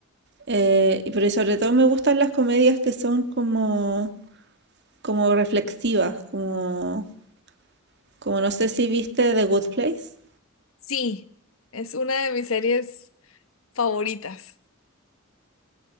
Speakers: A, on the right; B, on the left.
A: eh, y- pero sobre todo me gustan las comedias que son como, como reflexivas, como, como no sé si viste The Good Place.
B: Sí, es una de mis series favoritas.